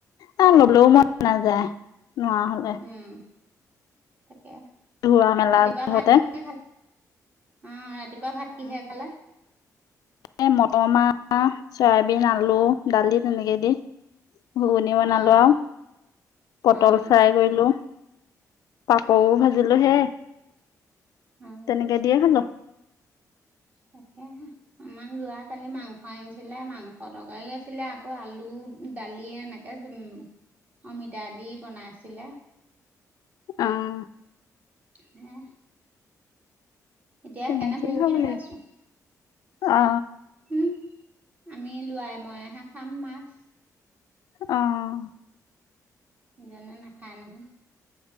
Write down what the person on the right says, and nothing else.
উম, তাকে।
ৰাতিপুৱা
ভাত কিহে খালা? অ', ৰাতিপুৱা ভাত কিহে খালে?
অঁ
অঁ
অঁ
অঁ
অঁ
তাকেহে। আমাৰ ল'ৰা কালি মাংস আনিছিলে, মাংস তৰকাৰী আছিলে আকৌ আলু, দালিয়ে এনেকে ত অমিতা দি বনাইছিলে।
উম। এতিয়া
সেইকাৰণে বৰশীটো
বাই আছোঁ।
উম, আমি লোৱাই মইহে খাম মাছ।
ইজনে নাখাই নহয়।